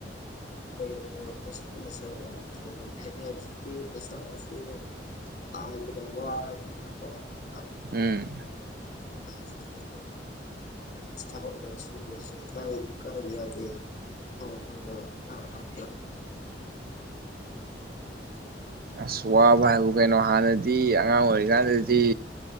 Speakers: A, on the left; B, on the right.
A: ꯍꯣꯏꯌꯦ ꯍꯣꯏꯌꯦ ꯑꯩꯈꯣꯏꯒꯤꯁꯨ ꯁꯔꯨꯛ ꯂꯥꯛꯀꯅꯤꯗ ꯍꯥꯏꯗꯤ ꯍꯧꯖꯤꯛꯇꯤ ꯄꯩꯁꯥꯁꯦ ꯇꯥꯟꯕꯗ ꯋꯥꯔꯕꯅꯤꯅꯀꯣ ꯌꯥꯝ
B: ꯎꯝ
A: <unintelligible> ꯍꯣꯏ ꯊ ꯁꯨꯔꯁꯦ ꯀꯥꯏ ꯀꯥꯏꯌꯥꯗ ꯈ
B: ꯑꯁ ꯋꯥꯕ ꯍꯥꯏꯕꯨ ꯀꯩꯅꯣ ꯍꯥꯟꯅꯗꯤ ꯑꯉꯥꯡ ꯑꯣꯏꯔꯤꯀꯥꯟꯗꯗꯤ